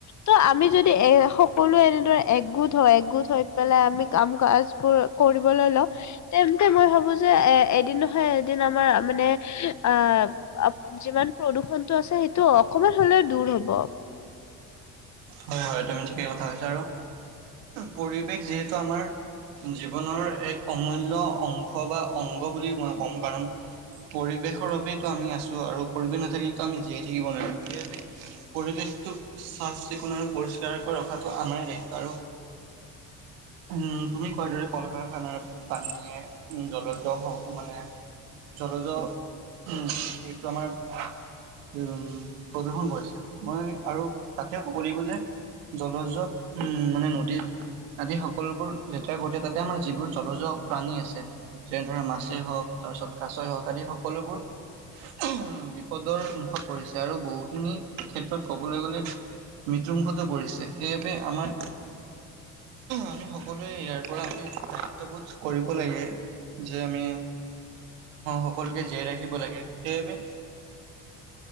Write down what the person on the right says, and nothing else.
হয় হয় তুমি ঠিকেই কথা কৈছা, আৰু পৰিৱেশ যিহেতু আমাৰ জীৱনৰ এক অমূল্য অংশ বা অংগ বুলি মই কম কাৰণ পৰিৱেশ বাবেইটো আমি আছোঁ আৰু পৰিৱেশ নাথাকিলেটো আমি জীয়াই থাকিব নোৱাৰিম, সেইবাবে পৰিৱেশটোক চাচ চিকুণ আৰু পৰিষ্কাৰক ৰখাটো আমাৰে দায়িত্ব আৰু উম তুমি কোৱা দৰে কল কাৰ খানাৰ পানীয়ে জলজ স মানে জলজ <unintelligible> সেইটো আমাৰ উ উ প্ৰদূষণ কৰিছে মই আৰু তা এতিয়াও কৰিব যে জলজ উম মানে নদীত আদি সকলোবোৰ লেতেৰা কৰোতে তাতে আমাৰ যিবোৰ জলজ প্ৰাণী আছে যেনে ধৰে মাছেই হওঁক তাৰ পিছত কাছৈ হওঁক আদি সকলোবোৰ উ বিপদৰ মুখত পৰিছে আৰু বহুখিনি ক্ষেত্ৰত কবলৈ গ'লে মৃত্যুমুখতো পৰিছে সেইবাবে আমাৰ আমি সকলোৱে ইয়াৰ পৰা আমি দায়িত্ববোধ কৰিব লাগে। যে আমি সকলোকে জীয়াই ৰাখিব লাগে। সেইবাবে